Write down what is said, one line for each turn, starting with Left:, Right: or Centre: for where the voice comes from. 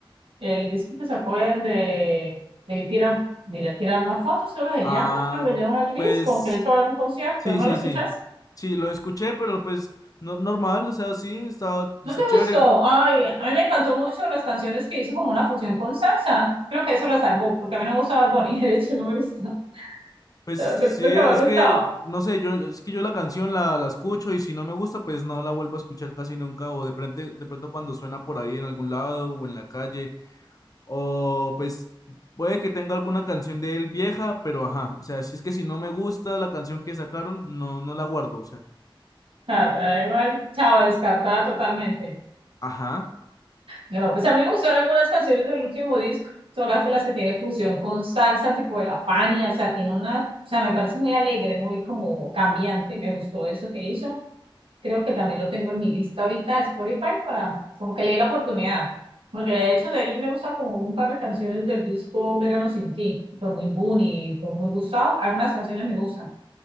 Right: el disco que sacó el de, de tirar, mira, tirar más fotos, creo que se
Left: Ah,
Right: llama, creo que se llama el
Left: pues
Right: disco, que de hecho va a haber un concierto,
Left: sí,
Right: ¿no
Left: sí,
Right: lo escuchaste?
Left: sí. Sí, lo escuché, pero pues no, normal, o sea, sí, está, está
Right: ¿No te
Left: chévere.
Right: gustó? Ay, a mí me encantó mucho las canciones que hizo como una fusión con salsa. Creo que eso la salvó, porque a mí no me gustaba Bad Bunny, <laughs> de hecho no me gusta.
Left: Pues
Right: Lo,
Left: sí,
Right: lo que me
Left: es
Right: ha gustado.
Left: que, no sé, yo, es que yo la canción la, la escucho y si no me gusta, pues no la vuelvo a escuchar casi nunca, o de pronto, de pronto cuando suena por ahí en algún lado o en la calle, o pues puede que tenga alguna canción de él vieja, pero ajá, o sea, si es que si no me gusta la canción que sacaron, no, no la guardo, o sea,
Right: Nada, pero igual, chao, descartada totalmente.
Left: ajá,
Right: No, pues a mí me gustaron algunas canciones del último disco, son las, las que tiene fusión con salsa, tipo de la Fania, o sea, tiene una, o sea, me parece muy alegre, muy como cambiante, me gustó eso que hizo. Creo que también lo tengo en mi lista ahorita de Spotify para como que le dé la oportunidad, porque de hecho de él me gusta como un par de canciones del disco Verano sin ti, fue muy Bunny, fue muy gustado, algunas canciones me gustan,